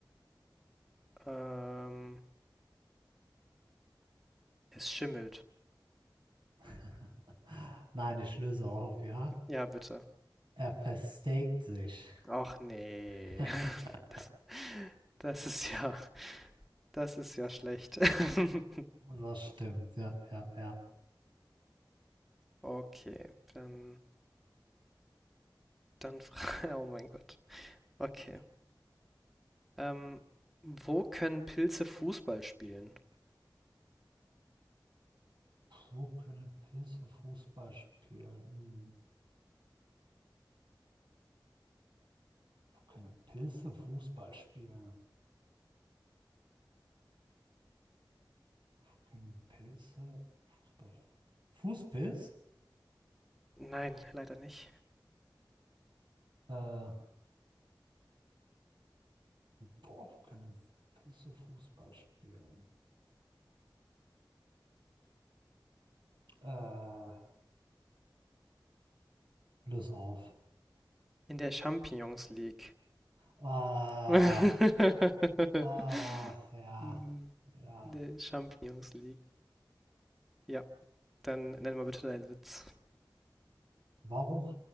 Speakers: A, in the centre; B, on the right.
A: Ähm, es schimmelt.
B: <laughs> Nein, ich löse auf, ja.
A: Ja, bitte.
B: Er versteakt sich.
A: Ach nee.
B: <laughs>
A: <laughs> Das, das ist ja, das ist ja schlecht. <laughs>
B: Das stimmt, ja, ja, ja.
A: Okay, dann, dann, fra- <laughs> oh mein Gott. Okay. Ähm, wo können Pilze Fußball spielen?
B: Wo können Pilze Fußball spielen? Hm, Wo können Pilze Fußball spielen? Wo können Pilze, Fußball, Fußpilz?
A: Nein, leider nicht.
B: Äh, boah, wo können Pilze Fußball spielen? Äh, löse auf.
A: In der Champions League.
B: Ach,
A: <laughs>
B: ach, ja,
A: Hm.
B: ja.
A: In der Champions League. Ja, dann nenn mal bitte deinen Witz.
B: Warum